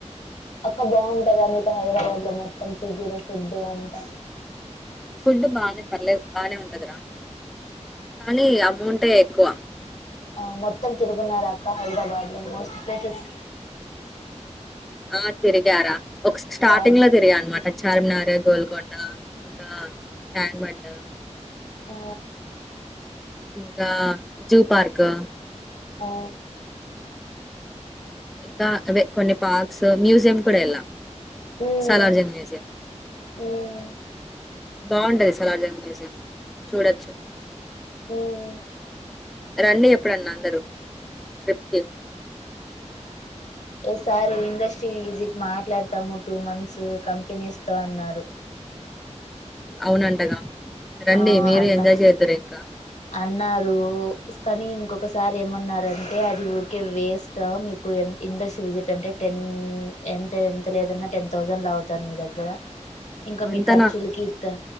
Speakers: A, on the left; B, in the centre.
A: అక్క బాగుంటదా మీకు హైదరాబాద్ లో మొత్తం పిజ్జులో ఫుడ్డు అంతా
B: ఫుడ్ బానే పర్లేద్ బానే ఉంటదిరా కానీ అమౌంటే ఎక్కువ
A: ఆ మొత్తం తిరుగున్నారు అక్క హైదరాబాద్ లో మోస్ట్ ప్లేసెస్
B: ఆ తిరిగారా ఒక స్టార్టింగ్
A: చాలు
B: లో తిరిగా అన్నమాట చార్మినారు గోల్కొండ ఇంకా ట్యాంక్ బండు
A: ఓ
B: ఇంకా జూ పార్కు
A: ఓ
B: ఇంకా అవే కొన్ని పార్క్స్ మ్యూజియం కూడా వెళ్ళాం
A: ఉమ్
B: సాలార్ జంగ్ మ్యుజియం
A: ఉమ్
B: బాగుంటది సలార్ జంగ్ మ్యూజియం చూడొచ్చు,
A: ఉమ్
B: రండి ఎప్పుడన్నా అందరూ, ట్రిప్కి
A: S R industry visit మాట్లాడతాము టూ మంత్స్ కంపెనీస్ తో అన్నారు
B: అవునంటగా రండి
A: ఆ
B: మీరు
A: అన్న
B: ఎంజాయ్ చేద్దురు ఇంకా
A: అన్నారు కానీ ఇంకొకసారి ఏమన్నారంటే అది ఊరికే వెస్టా మీకు ఎ ఇండస్ట్రీ విజిట్ అంటే టెన్ ఎంత ఎంత లేదన్నా టెన్ థౌసండ్ లాగుతారు మీ దగ్గర ఇంకా
B: అంతనా
A: మీ ఖర్చులకి ఇట్టా